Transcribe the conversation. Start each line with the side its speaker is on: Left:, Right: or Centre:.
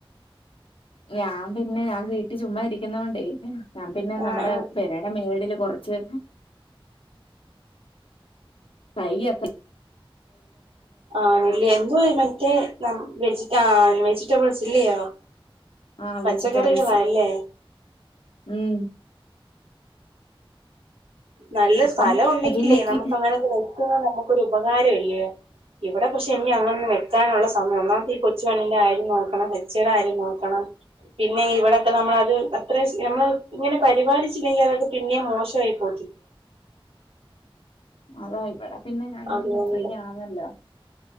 Left: ഞാൻ പിന്നെ ഞാൻ വീട്ടിൽ ചുമ്മ ഇരിക്കുന്നവണ്ടേ. ഞാൻ പിന്നെ
Right: ആഹ്
Left: നമ്മുടെ
Right: ആഹ്
Left: പെരായുടെ മേടില് കുറച്ച്. വയ്യ കാ
Right: ആഹ്‌ വല്യ എന്ത മറ്റേ ന വെജി ട്ടാ വെജി. ബിൾസ് ഇല്ലയോ
Left: ആ
Right: പച്ചക്കറികവാല്ലേ.
Left: വെജിറ്റബിൾസ് ഉം.
Right: നല്ല
Left: അപ്പം
Right: സ്ഥലം ഉണ്ടെങ്കിലേ
Left: അത് നോക്കി
Right: നമുക്ക് അങ്ങനെയൊക്കെ വെക്കുന്ന നമ ഒരു ഉപകാരല്ല്യ ഇവിടെ പക്ഷെ എനി അങ്ങനൊന്ന് വെക്കാനുള്ള സമയം ഒന്നാമത് ഈ കൊച്ചു വന്ന് ആയം നോക്കണം കൊച്ചയുടെ കാര്യം നോക്കണം. പിന്നെ ഇവിടൊക്കെ നമ്മള് അത് അത്ര നമ്മള് ഇങ്ങനെ പരിപാലിച്ചില്ലെങ്കിൽ അതൊക്കെ പിന്നേെ മോശമായിക്കും
Left: അതാ ഇവിടെ പിന്നെ ഞാനും
Right: അതുകൊണ്ട്
Left: പിന്നെ ഫ്രീയാണല്ലോ